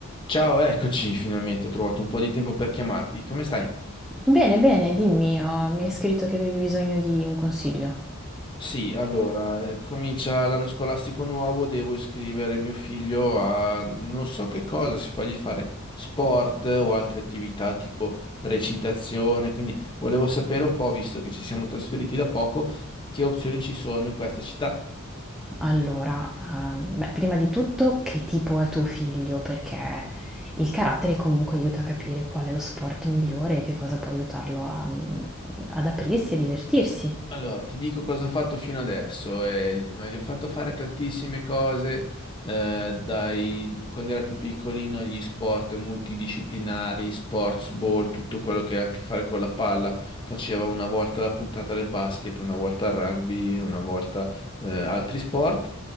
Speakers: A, on the left; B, in the centre.
A: Ciao, eccoci finalmente, ho trovato un po' di tempo per chiamarti. Come stai?
B: Bene, bene, dimmi, oh, mi hai scritto che avevi bisogno di un consiglio.
A: Sì, allora, eh, comincia l'anno scolastico nuovo, devo iscrivere mio figlio a non so che cosa, se fargli fare sport eh, o altre attività tipo recitazione, quindi volevo sapere un po', visto che ci siamo trasferiti da poco, che opzioni ci sono in questa città.
B: Allora, ehm, beh, prima di tutto, che tipo è tuo figlio? Perché il carattere comunque aiuta a capire qual è lo sport migliore e che cosa può aiutarlo a, mm, ad aprirsi e divertirsi.
A: Allora, ti dico cosa ho fatto fino adesso. eh, ma gli ho fatto fare tantissime cose, eh, dai, quando era più piccolino, gli sport multidisciplinari, sports ball, tutto quello che ha a che fare con la palla. Faceva una volta la puntata del basket, una volta il rugby, una volta, eh, altri sport.